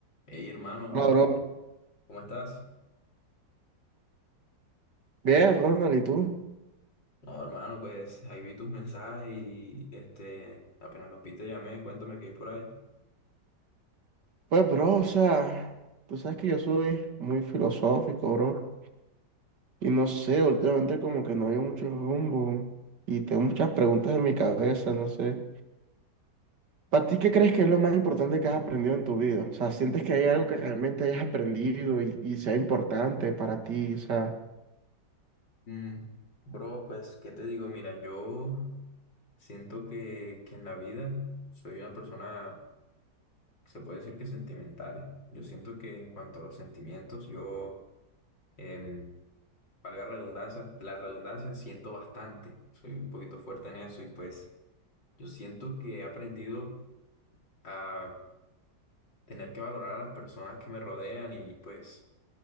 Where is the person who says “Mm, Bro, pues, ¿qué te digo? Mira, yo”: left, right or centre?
Left